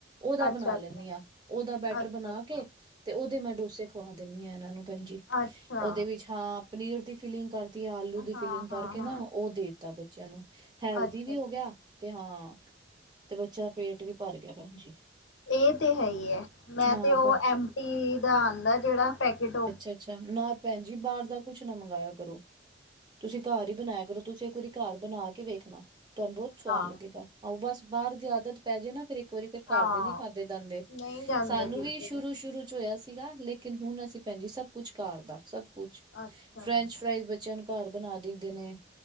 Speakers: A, on the right; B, on the left.
A: ਓਦਾ
B: ਅੱਛਾ,
A: ਬਨਾ ਲੈਂਨੀ
B: ਅੱਛਾ,
A: ਆਂ ਓਦਾ ਬੈਟਰ
B: ਅੱਛਾ,
A: ਬਨਾ
B: ਅੱਛਾ।
A: ਕੇ ਤੇ ਓਦੇ ਮੈਂ ਡੋਸੇ ਖਵਾ ਦਿੰਨੀ ਆ ਏਨਾਂ ਨੂੰ ਭੈਨ ਜੀ
B: ਅੱਛਾ
A: ਓਦੇ ਵਿੱਚ ਹਾਂ ਪਨੀਰ ਦੀ ਫਿਲਿੰਗ ਕਰਦੀ ਆ। ਆਲੂ ਦੀ
B: ਹਾਂ
A: ਫਿਲਿੰਗ
B: ਹਾਂ
A: ਕਰਕੇ
B: ਹਾਂ
A: ਨਾ ਓ ਦੇਤਾ ਬੱਚੇਆਂ ਨੂੰ ਹੈਲਦੀ
B: ਅੱਛਾ
A: ਵੀ ਹੋ ਗੇਆ ਤੇ ਹਾਂ ਤੇ ਬੱਚੇਆਂ ਦਾ ਪੇਟ ਵੀ ਭਰ ਗੇਆ ਭੈਨ ਜੀ।
B: ਏ ਤੇ ਹੈ ਈ ਐ ਮੈਂ
A: ਹਾਂ
B: ਤੇ ਓ
A: ਭੈਣ
B: ਐਮ ਟੀ ਦਾ ਆਂਦਾ ਜੇੜਾ ਪੈਕੇਟ ਓ
A: ਅੱਛਾ ਨਾ ਭੈਨ ਜੀ ਬਾਰ ਦਾ ਕੁਛ ਨਾ ਮੰਗਾਏਆ ਕਰੋ। ਤੁਸੀਂ ਘਰ ਈ ਬਨਾਏਆ ਕਰੋ ਤੁਸੀਂ ਇੱਕ ਵਾਰੀ ਘਰ ਬਨਾ ਕੇ ਵੇਖਨਾ ਤੁਆਨੂੰ ਬੋਤ ਸਵਾਦ
B: ਹਾਂ
A: ਲੱਗੇਗਾ। ਆਹੋ ਬਸ ਬਾਰ ਦੀ ਆਦਤ ਪੈ ਜੇ ਨਾ ਫਿਰ ਇੱਕ ਇੱਕ ਵਾਰੀ ਫਿਰ
B: ਹਾਂ
A: ਘਰਦੇ
B: ਹਾਂ,
A: ਨੀ ਖਾਦੇ ਜਾਂਦੇ
B: ਨਹੀਂ ਜਾਂਦੇ
A: ਸਾਨੂੰ
B: ਬਿਲਕੁਲ
A: ਵੀ ਸ਼ੁਰੂ-ਸ਼ੁਰੂ ਚ ਹੋਏਆ ਸੀਗਾ ਲੇਕ ਲੇਕਿਨ ਹੁਨ ਅਸੀਂ ਭੈਨ ਜੀ ਸਬ ਕੁਝ ਘਰ ਦਾ ਸਭ ਕੁਛ
B: ਅੱਛਾ
A: ਫਰੈਂਚ
B: ਜੀ,
A: ਫਰਾਇਜ ਬੱ ਬੱਚੇਆਂ ਨੂੰ ਘਰ ਬਨਾ ਦਈਦੇ ਨੇ।